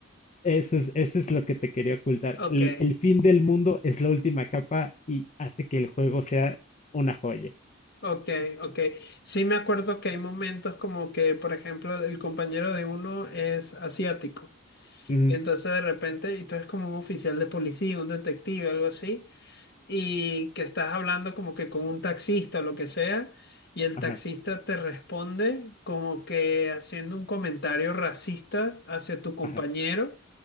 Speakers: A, on the left; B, on the left.
A: Eso es, eso es lo que te quería ocultar.
B: Ok,
A: El, el fin del mundo es la última capa y hace que el juego sea una joya.
B: ok, ok. Sí me acuerdo que hay momentos como que, por ejemplo, el compañero de uno es asiático.
A: Ujú,
B: Y entonces de repente, y tú eres como un oficial de policía, un detective, algo así. y que estás hablando como que con un taxista o lo que sea, y el
A: Ajá,
B: taxista te responde como que haciendo un comentario racista hacia tu compañero,
A: ajá,